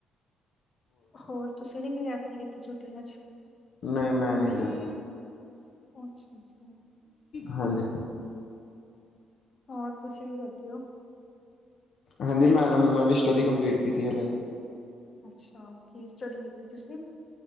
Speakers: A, on the left; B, on the left.
A: ਹੋਰ ਤੁਸੀਂ ਨੀ ਗਏ ਐਤਕੀ ਕਿੱਥੇ ਛੁੱਟੀਆਂ 'ਚ
B: ਨਹੀਂ ਮੈਂ ਨਹੀਂ ਗਿਆ।
A: ਅੱਛਾ, ਅੱਛਾ।
B: ਹਾਂਜੀ।
A: ਹੋਰ ਤੁਸੀਂ ਕੀ ਕਰਦੇ ਹੋ?
B: ਹਾਂਜੀ ਮੈਂਮ, ਮੈਂ ਵੀ ਸਟੱਡੀ ਕੰਪਲੀਟ ਕੀਤੀ ਹਲੇ।
A: ਅੱਛਾ ਕੀ ਸਟਡੀ ਕੀਤੀ ਤੁਸੀਂ?